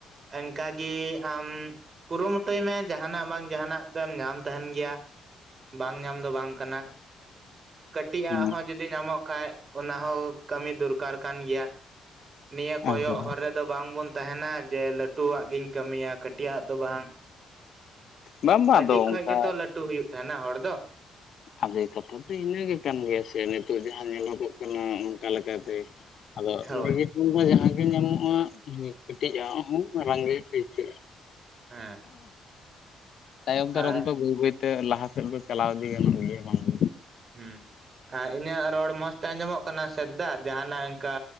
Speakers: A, on the right; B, on the left.
A: ᱮᱝᱠᱟᱜᱮ ᱟᱢ ᱠᱩᱨᱩᱢᱩᱴᱩᱭ ᱢᱮ ᱡᱟᱦᱟᱱᱟᱜ ᱵᱟᱝ ᱡᱟᱦᱟᱱᱟᱜ ᱫᱚᱢ ᱧᱟᱢ ᱛᱟᱦᱮᱱ ᱜᱮᱭᱟ᱾ ᱵᱟᱝ ᱧᱟᱢ ᱫᱚ ᱵᱟᱝ ᱠᱟᱱᱟ ᱠᱟᱹᱴᱤᱡ ᱟᱜ
B: ᱦᱮᱸ
A: ᱦᱚᱸ ᱡᱩ ᱛᱮ ᱧᱟᱢᱚᱜ ᱠᱷᱟᱡ ᱚᱱᱟ ᱦᱚᱸ ᱠᱟᱹᱢᱤ ᱫᱩᱨᱠᱟᱨ ᱠᱟᱱ ᱜᱮᱭᱟ᱾ ᱱᱤᱭᱟᱹ ᱠᱚᱭᱚᱜ
B: ᱟᱫᱚ
A: ᱦᱚᱨ ᱨᱮᱫᱚ ᱵᱟᱝᱵᱚᱱ ᱛᱟᱦᱮᱱᱟ ᱡᱮ ᱞᱟᱹ ᱴᱩᱣᱟᱜ ᱜᱤᱧ ᱠᱟᱹᱢᱤᱭᱟ ᱠᱟᱹᱴᱤᱜ ᱟᱜ ᱫᱚ ᱵᱟᱝ
B: ᱵᱟᱝ ᱵᱟᱝ
A: ᱠᱟᱹᱴᱤᱜ
B: ᱟᱫᱚ
A: ᱠᱷᱚᱡ
B: ᱚᱱᱠᱟ
A: ᱜᱮᱛᱚ ᱞᱟᱹ ᱴᱩ ᱦᱩᱭᱩᱜ ᱛᱟᱦᱮᱱᱟ ᱦᱚᱲ ᱫᱚ᱾
B: ᱟᱵᱮ ᱠᱟᱛᱷᱟ ᱫᱚ ᱤᱱᱟᱹᱜᱮ ᱠᱟᱱ ᱜᱮᱭᱟ ᱥᱮ ᱱᱤᱛᱚᱜ ᱡᱟᱦᱟᱸ ᱧᱮᱞᱚᱜᱚᱜ ᱠᱟᱱᱟ ᱚᱱᱠᱟ ᱞᱮᱠᱟᱛᱮ ᱟᱫᱚ
A: ᱦᱳᱭ
B: ᱤᱱᱟᱹᱜᱤ ᱩᱱᱦᱚᱸ ᱡᱟᱦᱟ ᱜᱮ ᱧᱟᱢᱚᱜ-ᱟ ᱠᱟᱹᱴᱤᱡ ᱟᱜ ᱦᱚᱸ ᱢᱟᱨᱟᱝ ᱜᱮ ᱟᱹᱭᱠᱟᱹᱜ-ᱟ ᱟᱨᱠᱤ᱾
A: ᱦᱮᱸ
B: ᱛᱟᱭᱚᱢ ᱫᱟᱨᱚᱢ
A: ᱟᱨ
B: ᱫᱚ ᱵᱟᱹᱭ ᱵᱟᱹᱭᱛᱮ ᱞᱟᱦᱟ ᱥᱮᱫ ᱫᱚ ᱪᱟᱞᱟᱣ ᱤᱫᱤ ᱜᱟᱱᱚᱜ ᱜᱮᱭᱟ ᱵᱟᱝ ᱫᱚ
A: ᱦᱩᱸ ᱟ ᱤᱧᱟᱹᱜ ᱨᱚᱲ ᱢᱚᱸᱡᱛᱮ ᱟᱸᱡᱚᱢᱚᱜ ᱠᱟᱱᱟ ᱥᱮᱫ ᱫᱟ ᱡᱟᱦᱱᱟᱜ ᱤᱱᱠᱟ